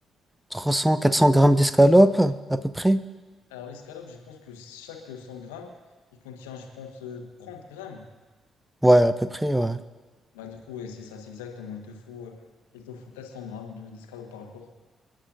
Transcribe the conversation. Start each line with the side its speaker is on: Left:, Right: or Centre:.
Centre: 300, 400 grammes d'escalope, à peu près?
Left: Alors, l'escalope, je pense que chaque 100 grammes, il contient, je pense, euh, 30 grammes.
Centre: Ouais, à peu près, ouais.
Left: Bah, du coup, ouais, c'est ça, c'est exactement. Il te faut, euh, il te faut 400 grammes de, d'escalope par jour.